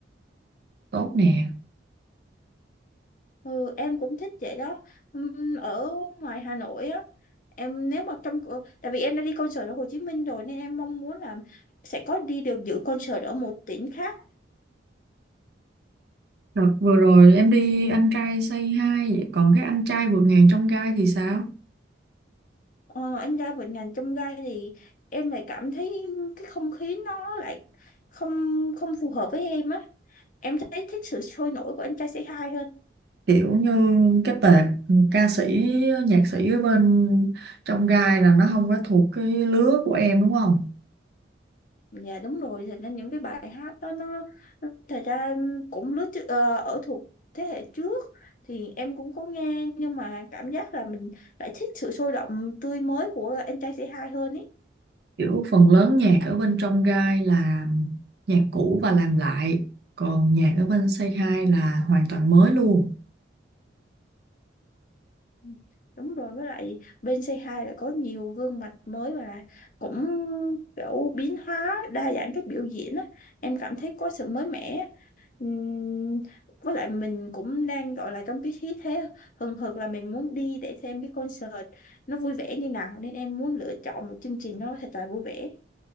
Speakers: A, on the right; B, on the left.
A: tốt nè
B: Ừ, em cũng thích vậy đó. Ừm, Ở ngoài Hà Nội á, em nếu mà trong cỡ- tại vì em đã đi concert ở Hồ Chí Minh rồi nên em mong muốn là sẽ có đi được dự concert ở một tỉnh khác.
A: Đợt vừa rồi em đi anh trai Say Hi vậy còn cái anh trai vượt ngàn trong gai thì sao
B: Ờ, anh ra vịnh Ngàn Chông Gai thì em lại cảm thấy cái không khí nó lại không không phù hợp với em á. Em thấy thích sự sôi nổi của anh trai Say Hi hơn.
A: kiểu như cái tệp ca sĩ nhạc sĩ ở bên trong gai là nó không có thuộc cái lứa của em đúng không
B: Dạ đúng rồi, thì nên những cái bài hát đó nó nó- thật ra cũng lứa chứ- ờ, ở thuộc thế hệ trước thì em cũng có nghe nhưng mà cảm giác là mình lại thích sự sôi động tươi mới của anh trai C2 hơn ý.
A: kiểu phần lớn nhạc ở bên trong Gai là nhạc cũ và làm lại còn nhạc ở bên Say Hi là hoàn toàn mới luôn
B: Ừ, Đúng rồi, với lại bên C2 lại có nhiều gương mặt mới và cũng kiểu biến hóa đa dạng cách biểu diễn á. Em cảm thấy có sự mới mẻ Ừm, với lại mình cũng đang gọi là trong cái khí thế hừng hực là mình muốn đi để xem cái concert nó vui vẻ như nào nên em muốn lựa chọn một chương trình nó thật là vui vẻ